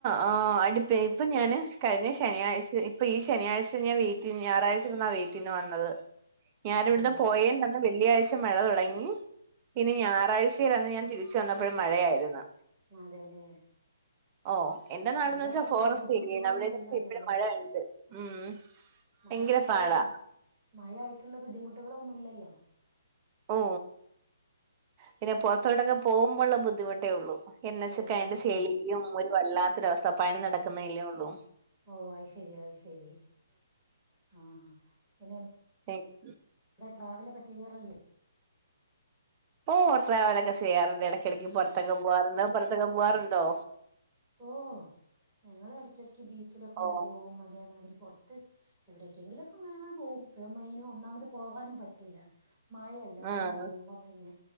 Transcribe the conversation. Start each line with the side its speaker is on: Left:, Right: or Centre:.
Right: ആ്, അടുപ്പ്, ഇപ്പൊ, ഞാന്, കഴിഞ്ഞ, ശനിയാഴ്ച, ഇപ്പൊ, ഈ, ശനിയാഴ്ച ഞാ, വ ഞായറാഴ്ച, വീട്ടന്, വന്നത്, ഞാന,
Centre: അതെ
Right: ഇവിടുന്ന്, പോയ വെള്ളിയാഴ്ച മഴ തുടങ്ങി പിന്നെ ഞായറാഴ്ചയിലന്ന് ഞാൻ തിരിച്ച വന്നപ്പോഴും മഴയായിരുന്നു
Centre: അതേല്ലേ.
Right: ഓ എന്റെ നാടന്ന്
Centre: മഴയായിട്ടുള്ള
Right: വെച്ചാ ഫോറസ്റ്റ്
Centre: ബുദ്ധിമുട്ടുകളൊന്നും
Right: ഏരിയാണ് അവിടെന്ന്
Centre: ഇല്ലാല്ലോ
Right: വെച്ച എപ്പഴും
Centre: ല്ലേ?
Right: മഴയ ഉണ്ട് ഉം
Centre: മഴയായിട്ടുള്ള
Right: ഭയങ്കര പാടാ
Centre: ബുദ്ധി മഴയായിട്ടുള്ള ബുദ്ധിമുട്ടുകളൊന്നുമില്ലല്ലോ
Right: ഓ പിന്നെ പുറത്തോട്ടൊക്കെ പോകുമ്പോഴുള്ള ബുദ്ധിമുട്ടേ ഉള്ളൂ എന്നച്ചതിന്റെ
Centre: ഓ അത് ശരി
Right: ചെളിയും വല്ലാത്ത ഒരവസ്ഥ പണി നടക്കുന്നല്ലേ ഉള്ളൂ
Centre: ഓ ആയി ശരിയ ആയി ശരി ആഹ പിന്നെ അതാ
Right: ഉം
Centre: ട്രാവലൊക്കെ ചെയ്യാറില്ലേ
Right: ഓ ട്രാവൽഓക ചെയ്യാറുണ്ട് ചെയ്യാറുണ്ട് ഇടക്കിടക്ക് പുറത്തൊക്കെ പോകവറുണ്ട് പുറത്തൊക്കെ പോവാറുണ്ടോ
Centre: ഓ ഞങ്ങള് ഇടക്ക ഇടക്ക് ബീച്ചിലൊക്കെ അങ്ങനെ
Right: ഓ
Centre: പോവും അതേമാതിരി പോറത്ത് എവിടെക്കെങ്കിലൊക്കെ അങ്ങനങ്ങനെ പോവും ഇപ്പ ഈ മഴയിൻ ഒന്നാമത് പോകാനും പറ്റില്ല മഴയല്ല
Right: ആഹ്
Centre: മഴ ആകുമ്പോ പിന്നെ